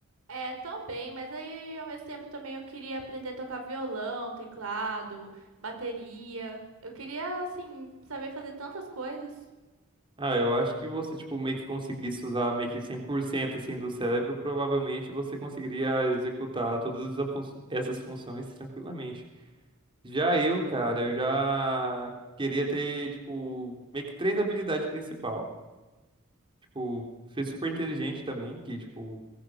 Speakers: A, on the right; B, on the right.
A: É, também, mas aí ao mesmo tempo também eu queria aprender a tocar violão, teclado, bateria. Eu queria assim saber fazer tantas coisas.
B: Ah, eu acho que você, tipo, meio que conseguisse usar meio que 100% assim do cérebro, provavelmente você conseguiria executar todas as fun- essas funções tranquilamente. Já eu, cara, eu já queria ter, tipo, meio que três habilidades principal. Tipo, ser super inteligente também, que, tipo,